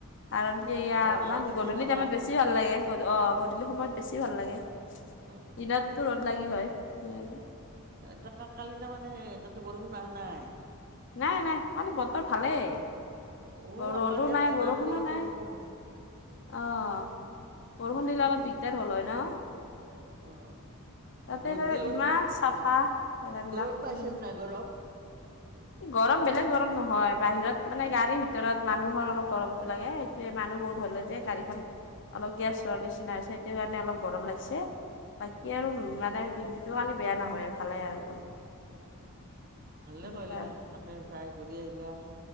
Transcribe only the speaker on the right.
অ
আৰতি
দেখা পালা
অ অ।
তই কালি যাবানে তাতে বৰষুণ আহা নাই?
অ
আমাৰ ইয়াত
ইমান বৰষুণ
বহুত
অ
ৰ'দ
দিলো
দিগদাৰ।
গৰম পাইছে
নাই গৰম?
উম
ভালে
কৰিলা
সেনেকে যাই ঘূৰি আহিলা।